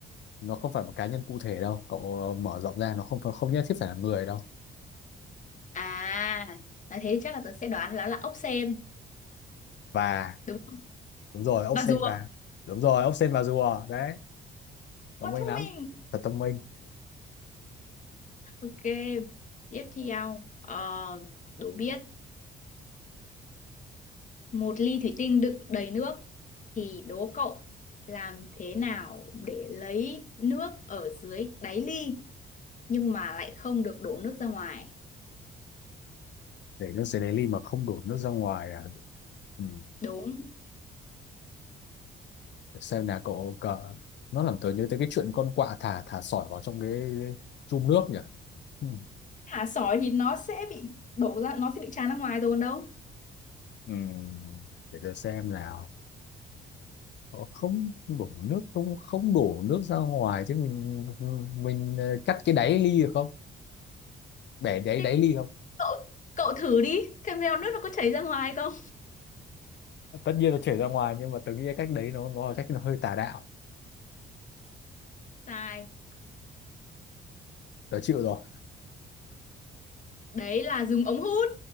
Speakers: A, on the left; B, on the left.
A: nó không phải một cá nhân cụ thể đâu cậu ờ, mở rộng ra nó không phải- không nhất thiết phải là người đâu
B: À, nói thế thì chắc là tớ sẽ đoán là là ốc sên.
A: và
B: Đúng không?
A: đúng rồi ốc
B: Và
A: sên
B: rùa.
A: và đúng rồi ốc sên và rùa đấy thông
B: Quá
A: minh
B: thông
A: lắm
B: minh.
A: thật thông minh
B: Ok. Tiếp theo. Ờ, đố biết. một ly thủy tinh đựng đầy nước thì đố cậu làm thế nào để lấy nước ở dưới đáy ly nhưng mà lại không được đổ nước ra ngoài
A: để nước dưới đáy ly mà không đổ nước ra ngoài à ừ.
B: đúng
A: xem nào cậu cờ nó làm tớ nhớ tới cái chuyện con quạ thả thả sỏi vào trong cái, cái chum nước nhỉ ừ.
B: thả sỏi thì nó sẽ bị đổ ra nó sẽ bị tràn ra ngoài rồi còn đâu
A: Ừ. để tớ xem nào Ờ, không đổ nước không không đổ nước ra ngoài chứ mình mình ờ, cắt cái đáy ly được không để đáy
B: thế
A: đáy ly không
B: cậu cậu thử đi xem nào nước nó có chảy ra ngoài không
A: tất nhiên nó chảy ra ngoài nhưng mà tớ nghĩ cái cách đấy nó nó là cách nó hơi tà đạo
B: sai
A: tớ chịu rồi
B: đấy là dùng ống hút